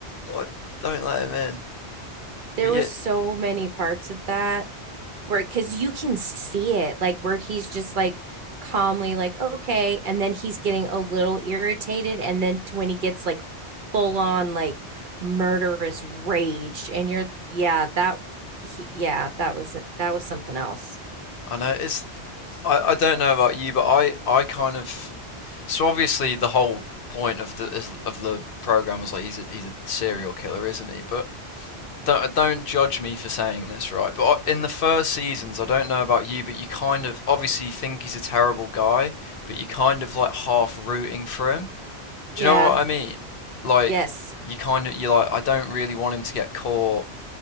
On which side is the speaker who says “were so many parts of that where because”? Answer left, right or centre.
Right